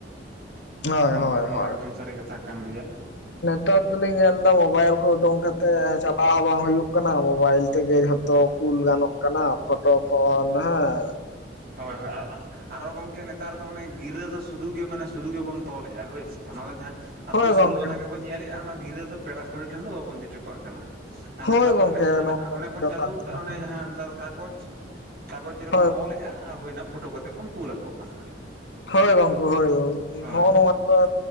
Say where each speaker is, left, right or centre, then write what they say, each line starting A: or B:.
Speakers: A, on the right (about 55°); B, on the left (about 75°).
A: <unintelligible>
B: ᱦᱳᱭ
A: ᱱᱚᱣᱟ
B: ᱦᱳᱭ ᱦᱳᱭ
A: ᱫᱚ ᱮᱠᱫᱚᱢ ᱥᱟᱹᱨᱤ ᱠᱟᱛᱷᱟ ᱠᱟᱱ ᱜᱮᱭᱟ᱾
B: ᱱᱮᱛᱟᱨ ᱫᱩᱞᱤᱧ ᱧᱮᱞ ᱮᱫᱟ ᱢᱳᱵᱟᱭᱤᱞ ᱠᱚ ᱩᱰᱩᱝ ᱠᱟᱛᱮᱜ ᱪᱟᱞᱟᱣ ᱦᱚᱸ ᱵᱟᱝ ᱦᱩᱭᱩᱜ ᱠᱟᱱᱟ, ᱢᱚᱵᱟᱭᱤᱞ ᱛᱮᱜᱮ ᱡᱷᱚᱛᱚ ᱠᱩᱞ ᱜᱟᱱᱚᱜ ᱠᱟᱱᱟ, ᱯᱷᱚᱴᱚ ᱠᱚ ᱱᱟᱦᱟᱜ᱾
A: ᱦᱳᱭ ᱦᱳᱭ, ᱟᱨ ᱟᱨᱚ ᱜᱚᱝᱠᱮ ᱱᱮᱛ ᱱᱮᱛᱟᱨ ᱫᱚ ᱚᱱᱮ ᱜᱤᱨᱟᱹ ᱫᱚ ᱥᱩᱫᱩ ᱜᱮ ᱢᱟᱱᱮ ᱥᱩᱫᱩ ᱜᱮᱵᱚᱱ ᱛᱚᱞᱮᱜᱼᱟ, ᱦᱳᱭᱥᱮ ᱚᱱᱟ ᱫᱚ ᱡᱟᱦᱟᱸ ᱟᱛᱩ
B: ᱦᱳᱭ
A: ᱥᱳᱞᱳ
B: ᱜᱚᱝᱠᱮ
A: ᱟᱱᱟ ᱜᱮᱵᱚᱱ ᱧᱮᱞᱮᱜᱼᱟ ᱚᱱᱟ ᱜᱤᱨᱟᱹ ᱫᱚ ᱯᱮᱲᱟ ᱯᱟᱹᱲᱦᱟᱹ ᱴᱷᱮᱱ ᱫᱚ ᱵᱟᱵᱚᱱ ᱤᱫᱤ ᱦᱚᱴᱚ ᱠᱟᱜ ᱠᱟᱱᱟ᱾ ᱟᱨ
B: ᱦᱳᱭ
A: ᱱᱮᱛᱟᱨ ᱫᱚ
B: ᱜᱚᱝᱠᱮ
A: ᱦᱟᱱᱮ ᱵᱚᱱ ᱦᱟᱱᱮ
B: ᱱᱚᱣᱟ
A: ᱚᱱᱮ ᱵᱚᱱ
B: ᱡᱚᱛᱷᱟᱛ
A: ᱪᱟᱹᱞᱩ ᱟᱠᱟᱜ
B: ᱠᱟᱛᱷᱟ
A: ᱚᱱᱮ ᱡᱟᱦᱟᱸ ᱱᱮᱛᱟᱨ ᱫᱚ ᱠᱟᱜᱚᱡᱽ ᱠᱟᱜᱚᱡᱽ ᱨᱮᱵᱚᱱ
B: ᱦᱳᱭ
A: ᱚᱞ ᱮᱜᱼᱟ ᱟᱨ ᱦᱳᱭᱱᱟ ᱯᱷᱳᱴᱳ ᱠᱟᱛᱮᱫ ᱵᱚᱱ ᱠᱩᱞ ᱟᱠᱚ ᱠᱟᱱᱟ᱾
B: ᱦᱳᱭ ᱜᱚᱝᱠᱮ ᱦᱳᱭ <inaudible>
A: ᱦᱳᱭ
B: ᱱᱚᱜᱼᱚ ᱱᱚᱣᱟ ᱴᱟᱜ